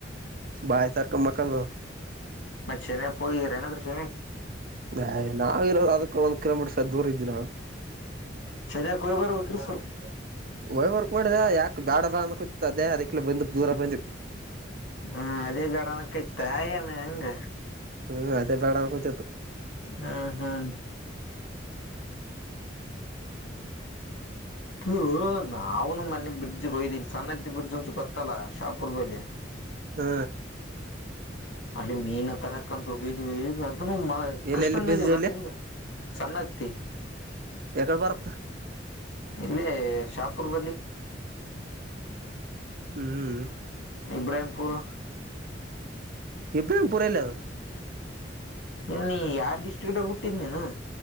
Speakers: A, on the right; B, on the left.
A: ಬಾಯ ಸಾರಕ ಮಕಾನದ
B: ಮ ಚೆನ ಪಯರನ ದಶ
A: ನ ನಾವ್ ಇರೋದು ಅದಕ್ಕೆ ಒಂದು ಕಿಲೋಮೀಟರ್ ಸ ದೂರ ಇದ್ದನ ನಾು
B: ಶನ್ಯಕ್ ಹೋಗಿ ಬರ್ಬೇಕ್ರಿ ಸ್ವಲ್ಪ
A: ವೈವರ್ ನೋಡಿದೆ ಯಾಕ ಬೇಡ ಬೇಡ ಕೂತ ಅದೇ ಅದಕ್ಕೆಲ ಬಂದು ದೂರ ಬಂದಿ
B: ಹ್ಮ್ ಅದೇ ಗಡಾನ ಕಯ್ತಾಯ ಮ ಹೆಂಗ
A: ಹ್ಮ್ ಅದೇ ಬೇಡನ್ ಕೊಂಚೊತ
B: ಹ್ಮ್ ಹ್ಮ್ ಹ ನಾವುನು ಮೊೆ ಬ್ರಿಡ್ಜಗ್ ಹಯ್ದ ಸನ್ನದಿ ಬ್ರಿಡ್ಜ್ ಅಂತ ಗೊತ್ತಲ್ಲ ಶಾಪುರ್ ಬಳಿ
A: ಹ್ಮ
B: ಅಲ್ಲಿ ಮೀನ್ ತರಕ್ಕಂತ ಹೋಗಿದ್ವಿ ಅದನು
A: ಎಲ್ಲೆಲ್ಲಿ
B: ಕಷ್ಟನ
A: ಬೀಜ
B: ಇದ ಅಲ್ಲಾ
A: ಎಲ್ಲಿ
B: ನಿಮ್ದ ಚೆನ್ನಾಗತಿ
A: ಎಕಡೆ ಬರತ್ತ
B: ಇಲ್ಲೇ ಶಾಪುರ್ ಬಲ್ಲಿ
A: ಹ್ಮ್
B: ಇಬ್ರಾಂಪುರ್
A: ಎಬಡ ಪರಲ ಅದು
B: ಇಲ್ಲಿ ಯಾರ್ ಡಿಸ್ಟ್ರಿಕ್ ಡ ಬಿುಟ್ಟಿದ್ ನೀನು